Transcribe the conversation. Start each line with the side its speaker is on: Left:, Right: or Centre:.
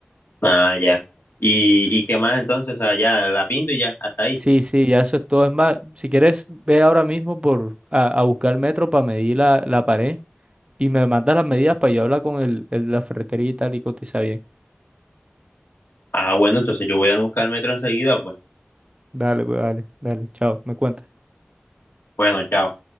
Left: Ah, ya. ¿Y, y qué más entonces? Ah, ya, la pinto y ya, hasta ahí.
Right: Sí, sí, ya eso es todo. Es más, si quieres, ve ahora mismo por a, a buscar el metro para medir la, la pared y me mandas las medidas para yo hablar con el, el- la ferretería y tal y cotiza bien.
Left: Ah, bueno, entonces yo voy a buscar el metro enseguida, pues.
Right: Dale, pues dale, dale, chao, me cuentas.
Left: Bueno, chao.